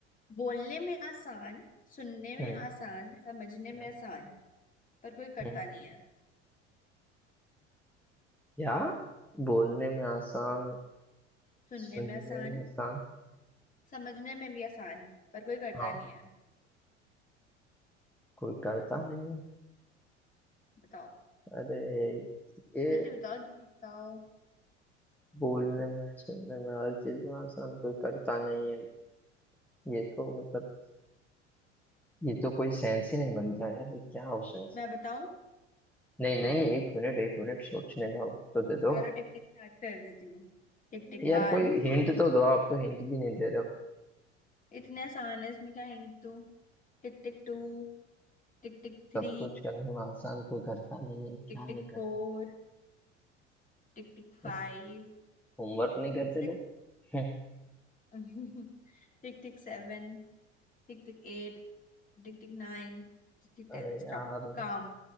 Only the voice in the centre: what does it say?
हम्म
हम्म,
हम्म।
क्या बोलने में आसान
सुनने
में आसान
हाँ
कोई करता नहीं है
अरे ये
बोलने में सुनने में हर चीज में आसान कोई करता नहीं है ये तो मतलब ये तो कोई सेंस ही नहीं बनता यार ये क्या हो सेंस
है?
नहीं नहीं एक मिनट एक मिनट सोचने का वक्त तो दे दो
यार
कोई हिंट तो दो आप तो हिंट भी नहीं दे रहे हो
सब कुछ करने में आसान कोई करता नहीं है
क्या नहीं
करता
है
क्या होमवर्क नहीं
करते
लोग <laughs>
अरे यार